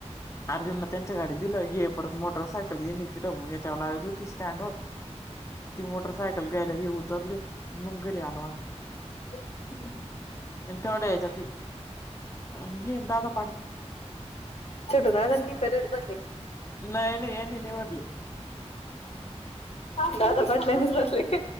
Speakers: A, on the left; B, on the left.
A: अर्जुनला त्यांच्या गांडीत दिलं ये परंत मोटरसांयकल घेणे तिं लागलं ती स्टँडवरं हो ती मोटरसांयकल घ्यांयला हे उतरले मंग घरी आंलो आम्हीं
B: एक दो मि नाहीं
A: तेवढं येचातं आनखी एवढं दाजां
B: छोटुं दादांनी परंत भरलयं
A: नाहीं नाहीं यांनी नाही भरलेय.
B: दादा पाटल्यांनेच भरले